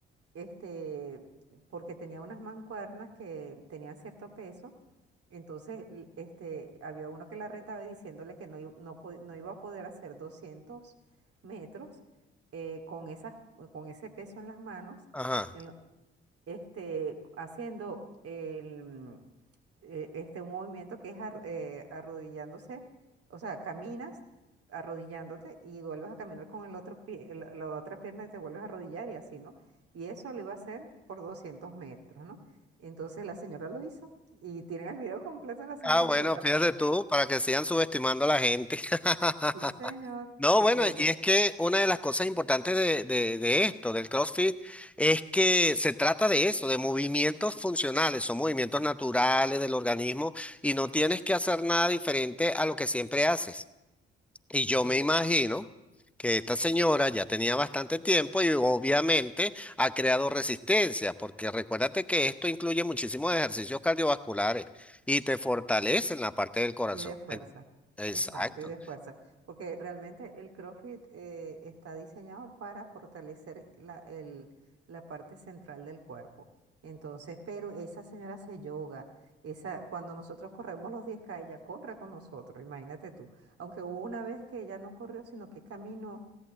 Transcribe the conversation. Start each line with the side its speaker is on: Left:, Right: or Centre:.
Right: este, porque tenía unas mancuernas que tenían cierto peso, entonces l- este, había uno que la retaba diciéndole que no, i- no, po- no iba a poder hacer 200 metros eh, con esas, con ese peso en las manos,
Centre: ajá.
Right: en, lo- este, haciendo el, eh, este, un movimiento que es ar- eh, arrodillándose, o sea, caminas arrodillándote y vuelves a caminar con el otro pie, el- la otra pierna y te vuelves a arrodillar y así, ¿no? Y eso lo iba a hacer por 200 metros, ¿no? Entonces la señora lo hizo y tienen el video completo de la señora
Centre: Ah, bueno,
Right: porque, ah,
Centre: fíjate tú, para que sigan subestimando a la gente. <laughs>
Right: sí, señor,
Centre: No,
Right: sí,
Centre: bueno,
Right: ella,
Centre: y es que una de las cosas importantes de, de- de esto, del CrossFit, es que se trata de eso, de movimientos funcionales, son movimientos naturales del organismo y no tienes que hacer nada diferente a lo que siempre haces. Y yo
Right: claro.
Centre: me imagino que esta señora ya tenía bastante tiempo y obviamente ha creado resistencia, porque recuérdate que esto incluye muchísimos ejercicios cardiovasculares y te fortalecen la parte del corazón.
Right: Y de fuerza,
Centre: En- Exacto.
Right: exacto, y de fuerza, porque realmente el CrossFit eh, está diseñado para fortalecer la, el- la parte central del cuerpo. Entonces, pero esa señora hace yoga, esa, cuando nosotros corremos los diez k ella corre con nosotros, imagínate tú. Aunque hubo una vez que ella no corrió, sino que caminó